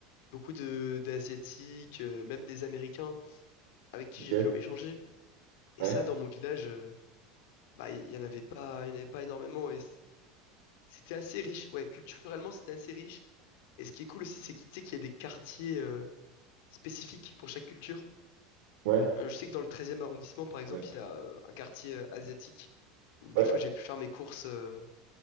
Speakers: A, on the left; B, on the right.
A: beaucoup de d'Asiatiques, euh, même des Américains, avec qui
B: Ok,
A: j'ai pu échanger. Et
B: ouais,
A: ça, dans mon village, euh, bah, il y en avait pas, il y en avait pas énormément. Et c- c'était assez riche. Ouais, culturellement, c'était assez riche. Et ce qui est cool aussi, c'est que tu sais qu'il y a des quartiers euh, spécifiques pour chaque culture.
B: ouais,
A: Euh, je sais que dans le treizième arrondissement, par exemple,
B: ouais,
A: il y a euh, un quartier euh, asiatique où des
B: ouais,
A: fois j'ai pu faire mes courses euh,